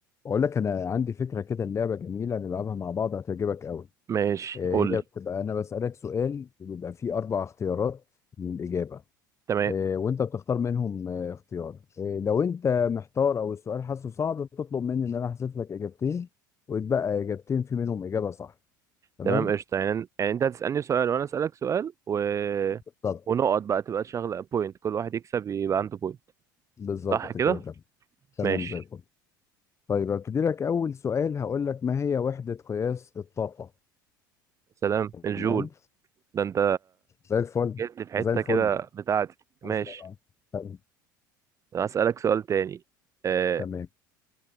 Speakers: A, on the left; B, on the right.
A: بقول لك انا عندي فكره كده اللعبه جميله نلعبها مع بعض هتعجبك قوي
B: ماشي
A: آه،
B: قول
A: هي
B: لي
A: بتبقى انا بسالك سؤال وبيبقى فيه اربع اختيارات للاجابه
B: تمام
A: آه، وانت بتختار منهم آه، اختيار آه، لو انت محتار او السؤال حاسه صعب بتطلب مني ان انا احذف لك اجابتين ويتبقى اجابتين في منهم اجابه صح تمام
B: تمام قشطة يعني يعني انت هتسألني سؤال وانا اسألك سؤال و...
A: طب
B: ونقط بقى تبقى شغلة بوينت كل واحد يكسب يبقى عنده بوينت
A: بالظبط
B: صح كده
A: كده تمام تمام
B: ماشي
A: زي الفل طيب هبتدي لك اول سؤال هقول لك ما هي وحده قياس الطاقه
B: سلام الجول
A: تمام
B: ده انت
A: زي الفل
B: جيت لي في حتة
A: زي الفل
B: كده بتاعتي ماشي
A: عشرة على عشرة. تمام
B: هسألك سؤال تاني آه...
A: تمام